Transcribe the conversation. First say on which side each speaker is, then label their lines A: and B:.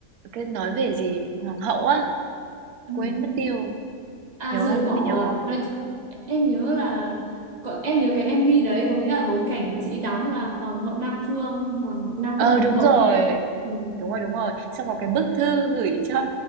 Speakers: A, on the right; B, on the right.
A: cái nói về gì hoàng hậu á,
B: Ừ.
A: quên mất tiêu,
B: à
A: nhớ
B: rời
A: không?
B: bỏ
A: Biết nhớ không?
B: à Nói, em nhớ là có, em nhớ cái MV đấy có nghĩa là bối cảnh chị đóng là hoàng hậu Nam Phương hoàng hậu Nam
A: Ờ
B: Phương hoàng
A: đúng
B: hậu
A: rồi.
B: ừ,
A: Đúng rồi, đúng rồi. Xong có cái bức thư gửi cho